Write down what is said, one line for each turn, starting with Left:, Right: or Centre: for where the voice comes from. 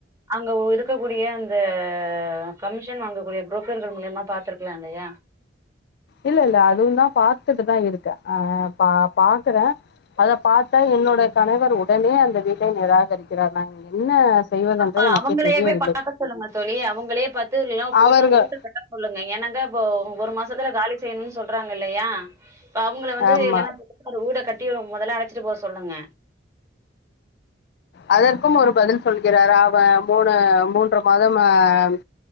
Right: அங்க இருக்கக்கூடிய அந்த கமிஷன் வாங்கக்கூடிய புரோக்கர்கள் மூலியமா பாத்துருக்கலாம் இல்லையா
Left: இல்ல இல்ல அதுவும் தான் பார்த்துட்டுதான் இருக்கே அஹ் பா பாக்குறே அத பார்த்தா என்னோட கணவர் உடனே அந்த வீட்டை நிராகரிக்கிறார் நான் என்ன செய்வதென்றே
Right: அப்ப
Left: எனக்கே
Right: அவங்களையே
Left: தெரியவில்லை
Right: போய் பார்க்க சொல்லுங்க தோழி அவுங்களே பத்து எல்லாம் புதுசா
Left: அவர்கள்
Right: ஊட்டு கட்ட சொல்லுங்க ஏன்னாக்கா இப்போ ஒரு மாசத்துல காலி செய்யனு உம் சொல்றாங்க இல்லயா இப்ப அவுங்களை வந்து
Left: ஆமா
Right: இல்லைன்னா ஒரு வூட கட்டி முதல்ல அடைச்சிட்டு போகச் சொ சொல்லுங்க
Left: அதற்கும் ஒரு பதில் சொல்கிறார் அவன் மூணு மூன்று மாதம் அஹ்